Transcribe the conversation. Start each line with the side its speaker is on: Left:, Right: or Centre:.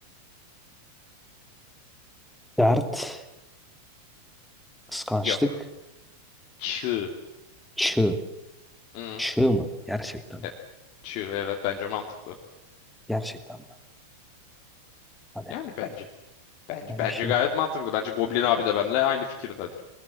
Centre: Dert. Kıskançlık.
Left: Yok. Çığ.
Centre: Çığ.
Left: Hı.
Centre: Çığ mı? Gerçekten mi?
Left: e, Çığ evet bence mantıklı.
Centre: Gerçekten mi? Hani
Left: Yani bence. Bence
Centre: ben
Left: bence
Centre: bir şey...
Left: gayet mantıklı. Bence Goblin abi de benimle aynı fikirdedir.